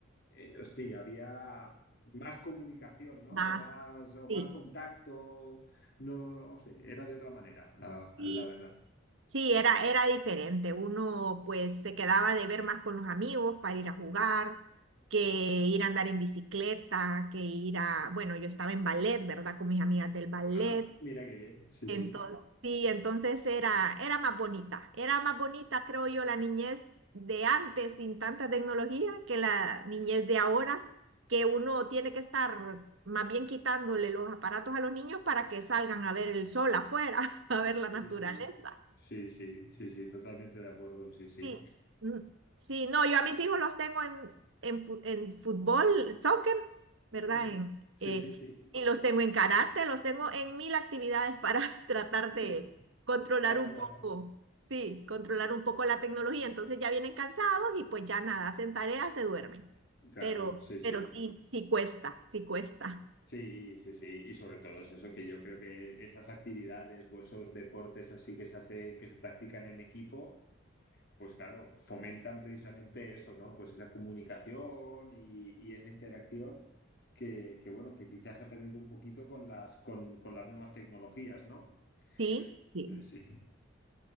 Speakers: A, on the left; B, on the right.
A: eh, hostia, había más comunicación, ¿no?
B: más,
A: O más, o
B: sí.
A: más contacto, no, no sé, era de otra manera, la,
B: Sí,
A: la verdad.
B: Sí, era, era diferente. Uno pues se quedaba de ver más con los amigos para ir a jugar, que ir a andar en bicicleta, que ir a, bueno, yo estaba en ballet, ¿verdad? Con mis amigas del ballet.
A: Ah, mira qué bien, sí,
B: Entonces,
A: sí,
B: sí, entonces era, era más bonita. Era más bonita, creo yo, la niñez de antes sin tanta tecnología que la niñez de ahora, que uno tiene que estar más bien quitándole los aparatos a los niños para que salgan a ver el sol afuera, <laughs> a ver la
A: sí,
B: naturaleza.
A: sí, sí, sí, sí, sí, totalmente de acuerdo, sí, sí.
B: Sí, mm, sí, no, yo a mis hijos los tengo en, en, fu- en fútbol, soccer, ¿verdad?
A: Ujú.
B: En,
A: Sí,
B: eh,
A: sí, sí.
B: y los tengo en karate, los tengo en mil actividades para <laughs> tratar de
A: Sí,
B: controlar
A: Claro,
B: un
A: claro.
B: poco, sí, controlar un poco la tecnología. Entonces ya vienen cansados y pues ya nada, hacen tareas, se duermen.
A: Claro,
B: Pero,
A: sí, sí.
B: pero sí, sí cuesta, sí cuesta.
A: Sí, sí, sí. Y sobre todo es eso, que yo creo que esas actividades o esos deportes así que se hace, que se practican en equipo, Pues claro, fomentan precisamente eso, ¿no? Pues esa comunicación y, y esa interacción que, que, bueno, que quizás se ha perdido un poquito con las, con, con las nuevas tecnologías, ¿no?
B: Sí, sí,
A: Eh, Sí.